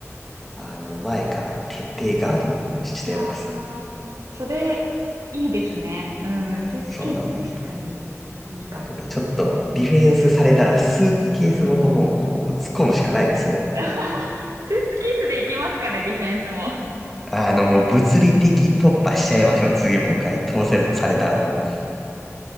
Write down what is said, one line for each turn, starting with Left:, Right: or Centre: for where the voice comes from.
Centre: あの、前から徹底ガードをしてます。
Right: ああ、それ、いいですね。うん、スーツケース、
Centre: そうなんです。
Right: 確かに、いいかも。
Centre: なので、ちょっとディフェンスされたらスーツケースごともうこう、突っ込むしかないですよ。
Right: <laughs> スーツケースでいけますかね、ディフェンスも。
Centre: あの、もう物理的突破しちゃいましょう。次もう一回当選もされたらもう。